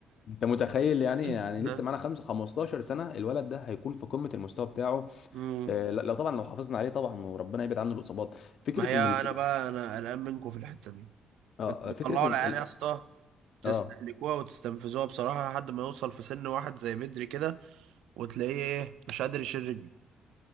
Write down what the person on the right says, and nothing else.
<laughs>
مم.
ما هي
انا
بقى انا قلقان منكم في الحته دي
انتوا بتطلعوا
العيال
يا اسطى تستهلكوها
وتستنفذوها بصراحه لحد ما يوصل في سن واحد زي بدري كده وتلاقيه ايه مش قادر يشيل رجله